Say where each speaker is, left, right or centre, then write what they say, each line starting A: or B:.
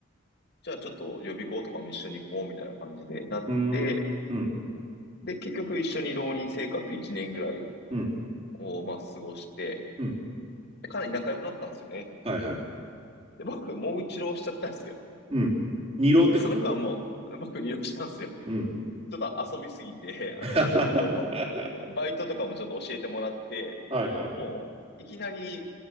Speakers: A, on the left (about 50°); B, on the right (about 30°).
A: じゃあちょっと予備校とかも一緒に行こうみたいな感じでなって、
B: うーん、うん、
A: で、結局一緒に浪人生活1年ぐらい
B: うん、
A: をまあ過ごして、
B: うん。
A: でかなり仲良くなったんですよね。
B: はいはい。
A: で、僕もう一浪しちゃったんですよ。
B: うん。二浪ってこと
A: で、その子はもう僕に浪したんですよ。ち
B: うん。
A: ょっと遊びすぎて、あの、
B: <laughs>
A: その子とバ、バイトとかもちょっと教えてもらって、
B: はいはいはい。
A: もういきなり、